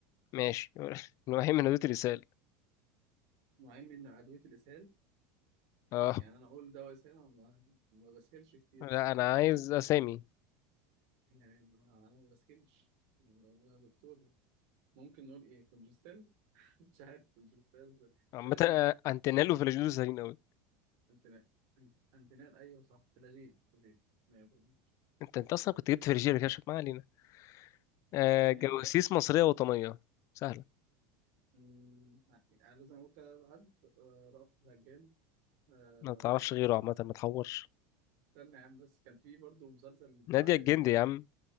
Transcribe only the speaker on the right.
نوعين من أدوية الإسهال
يعني أنا أقول دواء إسهال أنا ما ما بسهلش كتير
الصراحة
يعني انا ما بسكنش يعني يا دكتور ممكن نقول ايه كونجستيل <laughs> مش عارف كونجستيل
فلاجيل
انتنال انتنال ايوه صح فلاجيل فلاجيل مية في المية.
يعني
مم، يعني لازم اقول كده حد آه، رأفت الهجان آه،
استنى يا عم بس كان في برضه مسلسل بتاع
عادل
امام ده